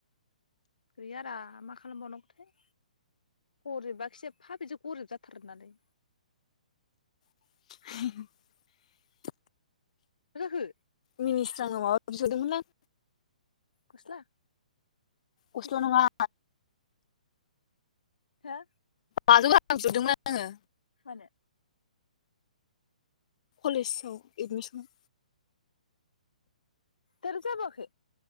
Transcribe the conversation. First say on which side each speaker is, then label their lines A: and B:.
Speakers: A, on the left; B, on the left.
A: गैया रां मा खालामबावनांगौथाय गरिबाखि एफा बिदि गरिब जाथारो नालै।
B: <inaudible>
A: मा जाखो?
B: मिनिस्रांनाव माबा बिहरदोंमोनलां
A: गस्ला
B: गस्ला
A: फैसा
B: नङा
A: हा
B: बाजौ रां बिहरदोंमोन आङो।
A: मानो
B: कलेजाव एदमिसन
A: थोर जाबावाखै